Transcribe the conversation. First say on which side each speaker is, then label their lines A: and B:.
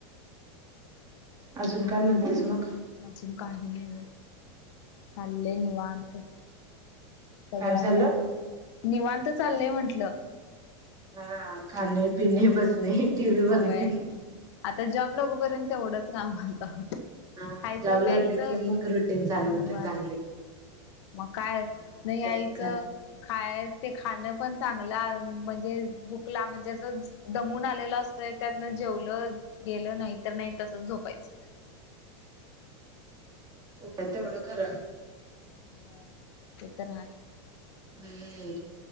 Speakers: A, on the right; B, on the left.
A: अजून काय म्हणतेस मग.
B: अजून काही नाही बघ चाललेय निवांत. सगळं
A: काय झालं
B: आता निवांत चाललंय म्हंटलं
A: हा खाणे पिणे बसणे टीव्ही बघणे.
B: होय आता जॉब लागूपर्यंत तेवढंच काम आता
A: हा
B: खायचं
A: जॉब
B: प्यायचं
A: लागले कि मग रुटीन चालू
B: होय
A: होते चांगले.
B: मग काय
A: हा
B: नाही यायचं.
A: तेवढं
B: खाय ते खाणं पण चांगलं म्हणजे- ला म्हणजे असं दमून आलेलं असतंय त्यातन जेवलं केलं नाही तर नाही तसच झोपायचं.
A: हो तेवढं खरं
B: व्हाय ते तर आहे.
A: हम्म